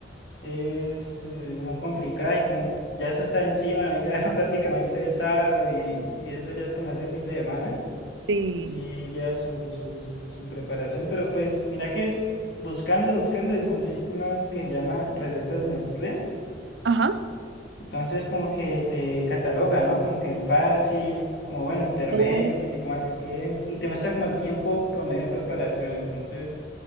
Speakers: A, on the left (about 65°); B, on the right (about 80°).
A: es, eh, son complicadas y como ya eso está encima, y ya <laughs> prácticamente es sábado y, y eso ya es como ese fin de semana.
B: Sí.
A: Sí, ya su, su, su, su preparación, pero pues mira que buscando, buscando encontré una que se llama Recetas Nestlé.
B: Ajá.
A: Entonces como que te cataloga, ¿no? Como que en fácil, como bueno, intermedio,
B: Oh.
A: un poquitico más de tiempo, y te muestra como el tiempo promedio de preparación. Entonces,